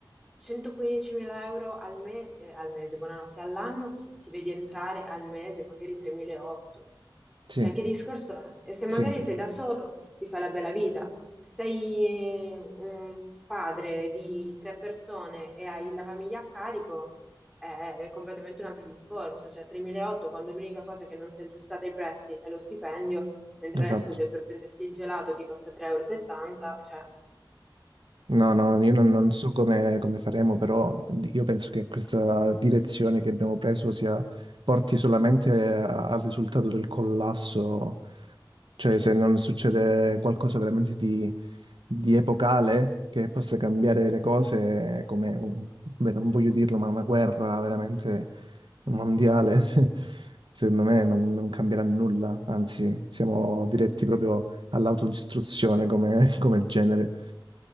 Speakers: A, in the centre; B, on the right.
A: 115.000 euro al, me- eh, al mese, buonanotte, all'anno, ti vedi entrare al mese magari 3.800.
B: Sì,
A: Cioè, che discorso è? E se magari
B: sì, sì,
A: sei da solo, ti fa la bella vita. Se sei un padre di tre persone e hai la famiglia a carico, è completamente un altro discorso. Cioè, 3.800 quando l'unica cosa che non si è aggiustata ai prezzi è lo stipendio, mentre
B: esatto.
A: adesso te- per prenderti il gelato ti costa 3,70 euro. e settanta, Cioè,
B: No, no, io non, non so come, come faremo, però io penso che questa direzione che abbiamo preso sia, porti solamente a- al risultato del collasso, cioè se non succede qualcosa veramente di, di epocale che possa cambiare le cose, come, un- beh, non voglio dirlo, ma una guerra veramente mondiale, <laughs> secondo me non, non cambierà nulla, anzi siamo diretti proprio all'autodistruzione come <laughs> come genere.